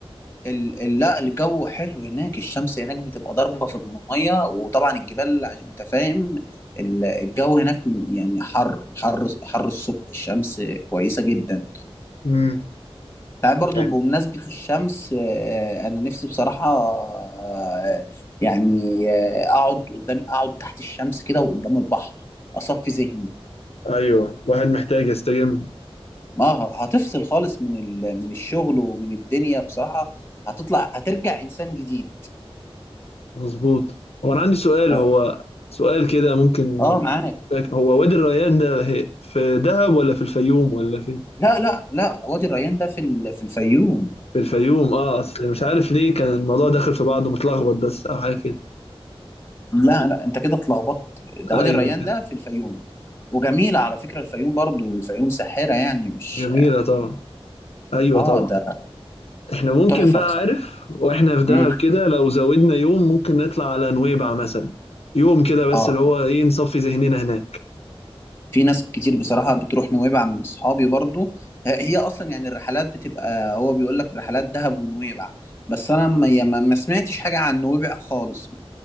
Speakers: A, on the left (about 25°); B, on the left (about 75°).
A: ال... ال- لا الجو حلو هناك الشمس هناك بتبقى ضاربة في المية وطبعا الجبال عشان انت فاهم ال- الجو هناك يعني حر حر حر الصبح الشمس كويسة جدا
B: امم
A: تعرف برضو
B: يعني
A: بمناسبة الشمس آه، انا نفسي بصراحة آه، يعني آه، اقعد قدام اقعد تحت الشمس كده وقدام البحر اصفي ذهني
B: ايوه واحد محتاج يستجم
A: ما هتفصل خالص من ال... من الشغل ومن الدنيا بصراحة هتطلع هترجع انسان جديد
B: مظبوط هو انا عندي سؤال
A: اه
B: هو سؤال كده ممكن
A: آه، معاك
B: هو وادي الريان ده هي في دهب ولا في الفيوم ولا فين
A: لا لا لا وادي الريان ده في ال- في الفيوم
B: في الفيوم اه اصل مش عارف ليه كان الموضوع داخل في بعضه متلخبط بس او حاجه كده
A: لا لا انت كده اتلخبطت ده وادي
B: ايوه
A: الريان
B: كده
A: ده في الفيوم وجميلة على فكرة الفيوم برضو الفيوم ساحرة يعني مش
B: جميله طبعا ايوه
A: اه
B: طبعا
A: ده
B: احنا ممكن
A: تحفة
B: بقى
A: بصراحة
B: عارف واحنا في دهب
A: مم.
B: كده لو زودنا يوم ممكن نطلع على نويبع مثلا يوم كده بس
A: اه
B: اللي هو ايه نصفي ذهننا هناك
A: في ناس كتير بصراحة بتروح نويبع من اصحابي برضو ه- هي اصلا يعني الرحلات بتبقى هو بيقول لك رحلات دهب ونويبع بس انا ما يا ما- ما سمعتش حاجة عن نويبع خالص